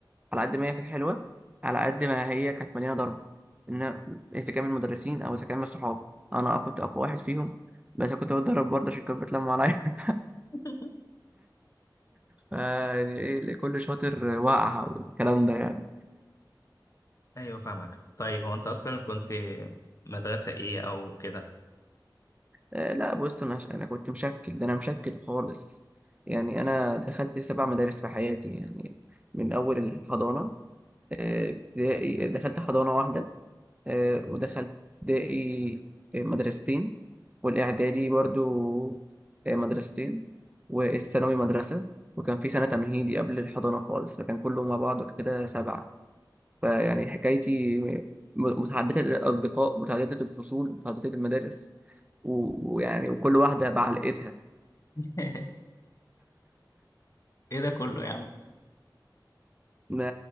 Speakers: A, on the right; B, on the left.
A: على قد ما هي كانت حلوه على قد ما هي كانت مليانه ضرب ان اذا كان من المدرسين او اذا كان من الصحاب انا آه كنت اقوى واحد فيهم بس كنت بتضرب برضه عشان كانوا بيتلموا عليا <laughs>
B: <laughs>
A: ف- يعني ايه اللي كل شاطر وقع والكلام ده يعني
B: ايوه فاهمك طيب هو انت اصلا كنت مدرسة ايه او كده؟
A: آه، لا بص انا انا كنت مشكل ده انا مشكل خالص يعني انا دخلت سبع مدارس في حياتي يعني من اول الحضانه آه، ابتدائي دخلت حضانه واحده آه، ودخلت ابتدائي آه، مدرستين والإعدادي برضو آه، مدرستين والثانوي مدرسة وكان في سنة تمهيدي قبل الحضانة خالص فكان كله مع بعضه كده سبعة فيعني حكايتي م- متعددة الأصدقاء متعددة الفصول متعددة المدارس و- ويعني وكل واحدة بعلقتها
B: <laughs> ايه ده كله يا عم؟
A: ما